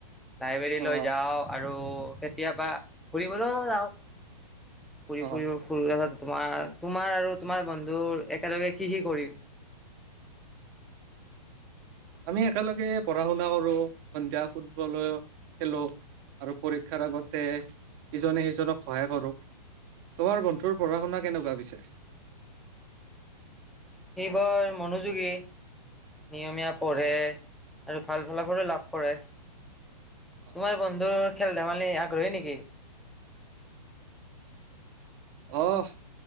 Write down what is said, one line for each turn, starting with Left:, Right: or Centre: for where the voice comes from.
Centre: লাইব্ৰেৰীলৈ
Right: অ
Centre: যাওঁ আৰু কেতিয়াবা ফুৰিবলৈও যাওঁ। ফুৰি,
Right: অ
Centre: ফুৰিব-ফুৰি <unintelligible> তোমাৰ, তোমাৰ আৰু তোমাৰ বন্ধু একেলগে কি, কি কৰি
Right: আমি একেলগে পঢ়া শুনা কৰো সন্ধিয়া ফুটবল খেলো। আৰু পৰীক্ষাৰ আগতে ইজনে সিজনক সহায় কৰো। তোমাৰ বন্ধুৰ পঢ়া শুনা কেনেকুৱা পিছে।
Centre: সেইবোৰ মনোযোগী নিয়মীয়া পঢ়ে।
Right: অ
Centre: আৰু ভাল ফলাফলো লাভ কৰে
Right: অ
Centre: তোমাৰ বন্ধু। খেল ধেমালি আগ্ৰহী নেকি?
Right: অ'